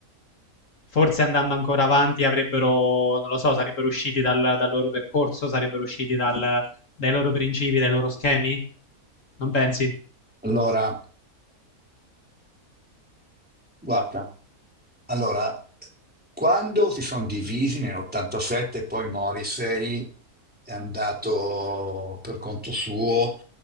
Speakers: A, on the left (about 60°); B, in the centre.
A: Forse andando ancora avanti avrebbero, non lo so, sarebbero usciti dal, dal loro percorso, sarebbero usciti dal- dai loro principi, dai loro schemi? Non pensi?
B: Allora, guarda, allora, quando si sono divisi nell'87, poi Morrissey è andato per conto suo,